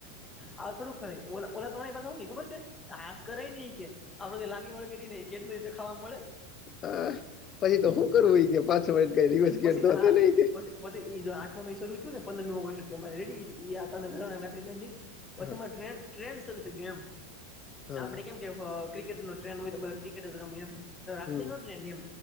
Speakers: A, on the left (about 20°); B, on the left (about 35°).
A: થડું ઓલા તો બધા શુ કે ખબર છે આસ કરાય નઈ કે આપડને લાગે વળે કે ન. કેટબરી તો ખાવા મળે.
B: હા પછી તો શું કરવું હોય કે પા છો વળીને રિવર્સ ગેર
A: પછી
B: તો હતો
A: હા
B: નહી.
A: પછી પછી આઠમ શરુ થ્યુ છું ને પંદરમી ઓગસ્ટરે રેડી રાખડી. પછી
B: હા
A: ટ્રેન ટ્રેન શરૂ થઈ ગય એમ
B: હા
A: આપડે કેમ કે ક્રિકેટ નો ટ્રેન્ડ હોય તો ક્રિકેટ જ રમે એમ રાખડી
B: હમ
A: નો ટ્રેન્ડ એમ